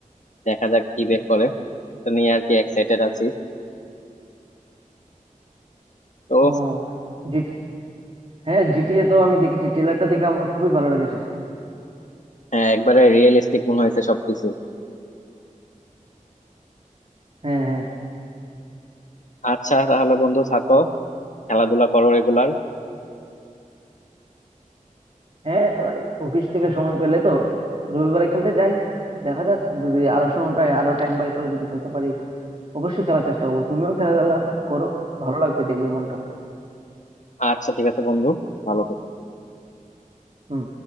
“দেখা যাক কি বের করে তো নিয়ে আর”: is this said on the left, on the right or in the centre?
Left